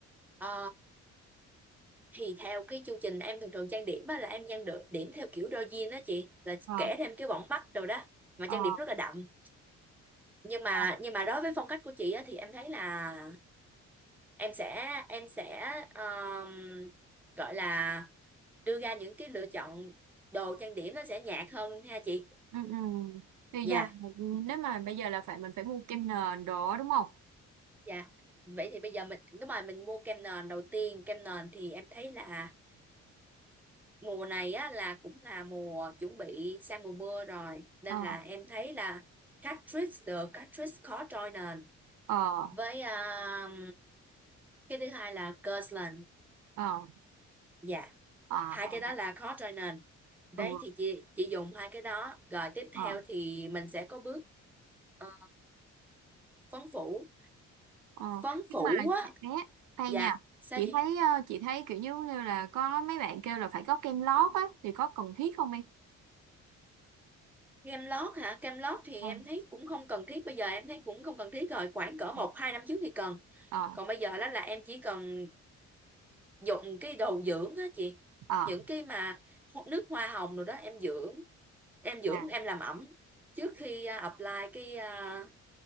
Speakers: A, in the centre; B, on the right (about 80°).
A: Ờ, thì theo cái chu trình em thường thường trang điểm á là em trang được điểm theo kiểu đôi jean đó chị là
B: Ờ
A: kẻ thêm cái bỏng mắt đồ đó mà
B: ờ.
A: trang điểm rất là đậm nhưng mà
B: ờ.
A: nhưng mà đối với phong cách của chị á thì em thấy là em sẽ em sẽ ờm, gọi là đưa ra những cái lựa chọn đồ trang điểm nó sẽ nhạt hơn ha chị
B: Ừ, ừ. Bây
A: dạ
B: giờ nếu mà bây giờ là phải mình phải mua kem nền đó đúng không?
A: dạ vậy thì bây giờ mình đúng rồi mình mua kem nền đầu tiên kem nền thì em thấy là mùa này á là cũng là mùa chuẩn bị sang mùa mưa rồi nên
B: Ờ
A: là em thấy là Catrice the Catrice khó trôi nền
B: ờ
A: với um, cái thứ hai là Kirtland
B: ờ
A: dạ
B: ờ à,
A: hai
B: à,
A: cái đó là khó trôi nền đấy
B: ừ
A: thì chị chị dùng hai cái đó rồi tiếp
B: ờ
A: theo thì mình sẽ có bước ờ, phấn phủ
B: ờ
A: phấn
B: nhưng
A: phủ
B: mà
A: á
B: chị- bé khoan
A: dạ
B: nha
A: sao
B: chị
A: chị
B: thấy ờ, chị thấy kiểu như như là có mấy bạn kêu là phải có kem lót á thì có cần thiết không em?
A: kem lót hả kem lót thì
B: Ờ
A: em thấy cũng không cần thiết bây giờ em thấy cũng không cần thiết rồi khoảng cỡ một
B: ờ
A: hai năm trước thì cần
B: ờ
A: còn bây giờ đó là em chỉ cần dùng cái đồ dưỡng á chị
B: ờ,
A: những cái mà ho- nước hoa hồng rồi đó em dưỡng em dưỡng
B: à
A: em làm ẩm trước khi à, apply cái à,